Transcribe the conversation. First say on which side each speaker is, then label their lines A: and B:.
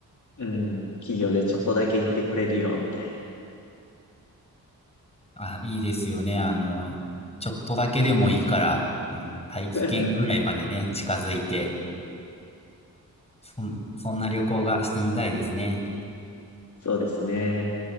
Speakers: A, on the left (about 50°); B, on the left (about 15°).
A: うん、企業でちょっとだけ行ってこれるよ、みたい
B: あ、いいですよね。あの、ちょっとだけでもいいから、あの、大気圏ぐらいまでね、
A: な。<laughs>
B: 近づいて、そん、そんな旅行がしてみたいですね。
A: そうですね。